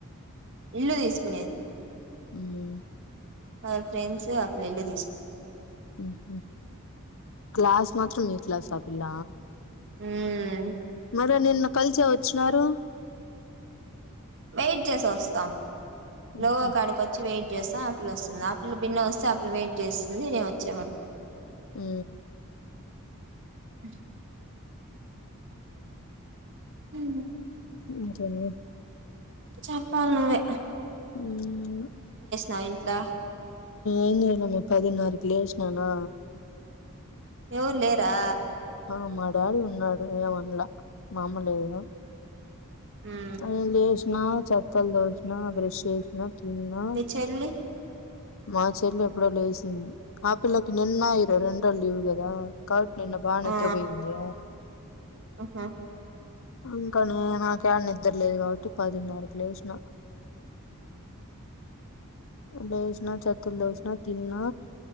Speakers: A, on the right; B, on the left.
A: ఇల్లు తీసుకునే
B: హమ్
A: వల్ల ఫ్రెండ్స్ ఆ పిల్ల ఇల్లు తీసుకో
B: ఉహమ్ క్లాస్ మాత్రం మీ క్లాస్ అ పిల్ల
A: హమ్
B: మరి నిన్న కలిసే వోచ్చినారు
A: వెయిట్ చెస్ఓస్తాం లోగో
B: మ్హు
A: కాడకి వచ్చి వెయిట్ చేస్తా ఆప్పుల వస్తది ఆప్పులు బిన్న వస్తే అప్పులు వెయిట్ చేస్తుంది నేను వచ్చే వరకు
B: అ
A: అ హ
B: ఇంకేమి
A: చెప్పాల నువ్వే
B: అ
A: నైన్త్ లా
B: ఎన్న ఇలామే పదినారకి లేచ్చనానా
A: ఎవరూ లేరా
B: ఆ మా డాడీ ఉన్నాడు ఏమన్ల మామలే అ
A: మ్మ్
B: అ బస్ ఆ చెత్తలు దోసిన బ్రెష్ చేేసిన తిన్నా
A: మీ చెల్లి
B: మా చెల్లు ఎప్పుడో లేేసింది ఆ పిల్ల నిన్న ఇరో రెండళ్ ఇవు కదా నిన్న బాగా నిద్రపోయింది
A: ఆ ఆహా
B: ఇంకా నేనాకి ఆడ నిద్ర లేదు కాబట్టి పదిన్నరకు లేచినా లేచినా చెత్తలు తోసినా తిన్న